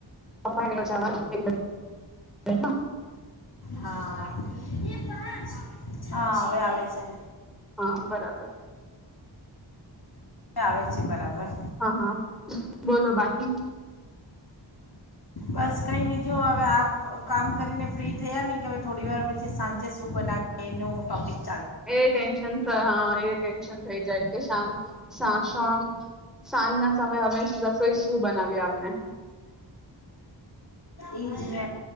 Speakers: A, in the centre; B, on the left.
A: તમારે અચાનક એટલે એમજ
B: હા <inaudible> હા અવે આવે છે
A: હહ બરાબર
B: આવે છે બરાબર
A: હહ હહ બોલો બાકી
B: બસ કઈ નહીં જો હવે આપ કામ કરીને ફ્રી થયા નહી કે હવે થોડી વાર પછી સાંજે શું બનાવે એનું ટોપિક
A: એ ટેન્શન હહ એ ટેન્શન થઈ જાય કે શામ સાસ સાંજ સાંજ ના સમયે હવે રસોઈ શું બનાવીએ આપણે
B: ઈ જ ને